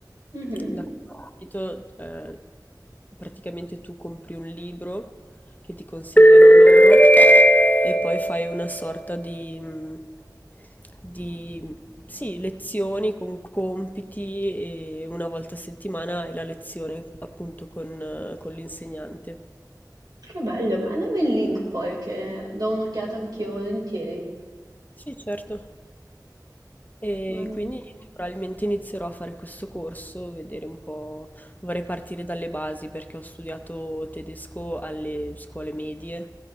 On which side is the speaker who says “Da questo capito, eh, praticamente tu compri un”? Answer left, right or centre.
Left